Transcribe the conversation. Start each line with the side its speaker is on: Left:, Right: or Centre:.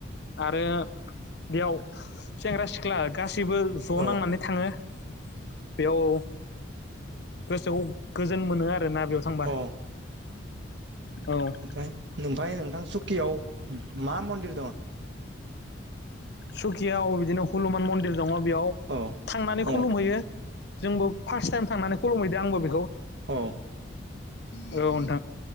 Left: आरो बेयाव सेंग्रा सिख्ला गासैबो ज'
Right: औ
Left: नांनानै थाङो! बेयाव गोसो आव गोजोन मोनो आरो- बेयाव थांबा!
Right: औ
Left: औ
Right: ओमफ्राय ओमफ्राय नोंथां सुकियाव मा मन्दिर दङ?
Left: सुखियायाव बिदिनो हलुमान मन्दिर दङ! बेयाव
Right: औ
Left: थांनानै
Right: औ
Left: खुलुमहैयो जोंबो फार्स्ट टाइम थांनानै खुलुमहैदो आंबो बेखौ-
Right: अ-
Left: औ नोंथां-